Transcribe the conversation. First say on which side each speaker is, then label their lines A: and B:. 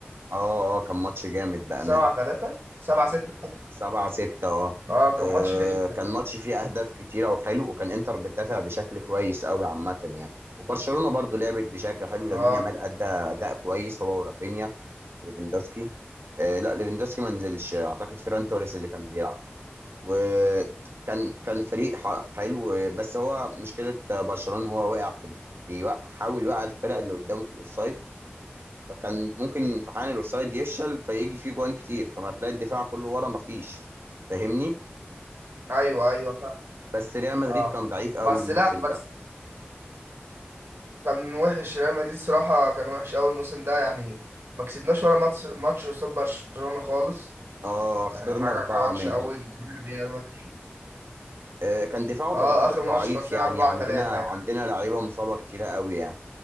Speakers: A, on the right (about 70°); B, on the right (about 85°).
A: اه اه كان ماتش جامد بأمان
B: 7 3 7 6
A: سبعة ستة اه
B: اه كان
A: آه،
B: ماتش فيه لحمة.
A: كان ماتش فيه أهداف كتيرة وحلو وكان إنتر بتدافع بشكل كويس أوي عامة يعني وبرشلونة برضو لعبت بشكل حلو لامين
B: اه
A: يامال أدى أداء كويس هو ورافينيا وليفاندوسكي آه لا ليفاندوسكي ما نزلش أعتقد فيران توريس اللي كان بيلعب وكان كان فريق ح- حلو بس هو مشكلة برشلونة هو واقع في ال- بيوقع- حاول يوقع الفرق اللي قدامه في الأوفسايد فكان ممكن في حال الاوفسايد يفشل فيجي فيه جوان كتير فما تلاقي الدفاع كله ورا ما فيش فاهمني
B: ايوه ايوه فاهم
A: بس ريال مدريد
B: اه
A: كان ضعيف قوي
B: بس
A: الموسم
B: لا بس
A: ده
B: كان وحش ريال مدريد صراحة كان وحش أول موسم ده يعني ما كسبناش ولا ماتش ماتش قصاد برشلونة خالص
A: اه خسرنا
B: يعني حاجة
A: أربعة
B: وحشة
A: منهم
B: أوي ريال مدريد
A: آه كان دفاعه
B: اه
A: ض- برضه
B: آخر
A: ضعيف
B: ماتش خسرنا
A: يعني
B: 4
A: عندنا
B: 3 يعني
A: عندنا لعيبة مصابة كتيرة قوي يعني